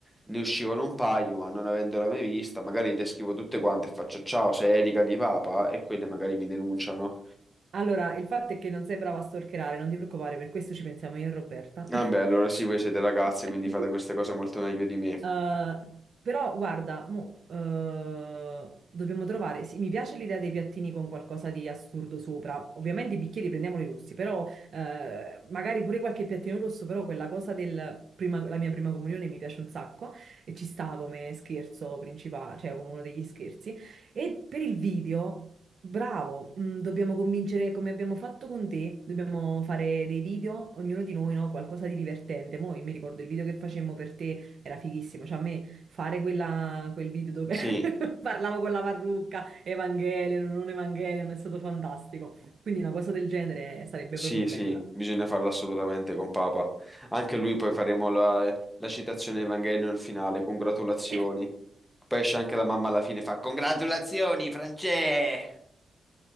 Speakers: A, in the centre; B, on the right.
A: ne uscivano un paio, ma non avendola mai vista, magari le scrivo tutte quante e faccio ciao, sei Erika di Papa e quelle magari mi denunciano.
B: Allora, il fatto è che non sei brava a storcherare, non ti preoccupare, per questo ci pensiamo io e Roberta.
A: Vabbè, allora sì, voi siete ragazze,
B: <laughs>
A: quindi fate queste cose molto meglio di me.
B: Eh, però guarda, mo, eh, dobbiamo trovare. Sì, mi piace l'idea dei piattini con qualcosa di assurdo sopra. Ovviamente i bicchieri prendiamoli rossi, però eh, magari pure qualche piattino rosso, però quella cosa del prima- la mia prima comunione mi piace un sacco e ci sta come scherzo principale, cioè come uno degli scherzi. E per il video. Bravo, mm, dobbiamo convincere come abbiamo fatto con te, dobbiamo fare dei video, ognuno di noi, no? Qualcosa di divertente. Mo' io mi ricordo il video che facemmo per te era fighissimo, cioè a me fare quella- quel video dove
A: Sì,
B: <laughs> parlavo con la parrucca, Evangelion, non Evangelion, è stato fantastico. Quindi una cosa del genere sarebbe
A: sì,
B: proprio bella.
A: sì, bisogna farlo assolutamente con Papa. Anche lui poi faremo la, la citazione Evangelion finale, congratulazioni.
B: <laughs>
A: Poi esce anche la mamma alla fine, fa congratulazioni, Francè!